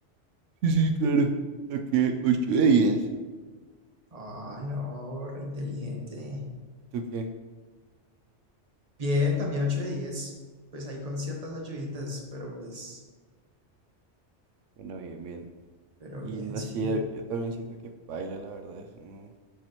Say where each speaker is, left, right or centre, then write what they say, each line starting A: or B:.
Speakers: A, on the right (about 85°); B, on the right (about 30°).
A: Sí, sí, claro. Saqué 8 de
B: ¿Cómo?
A: 10.
B: Ah, no, reinteligente.
A: ¿Tú qué?
B: Bien, también 8 de 10. Pues ahí con ciertas ayuditas, pero pues,
A: Bueno, bien, bien.
B: pero
A: Y
B: bien,
A: no
B: sí.
A: sé, yo también siento que paila, la verdad, eso no,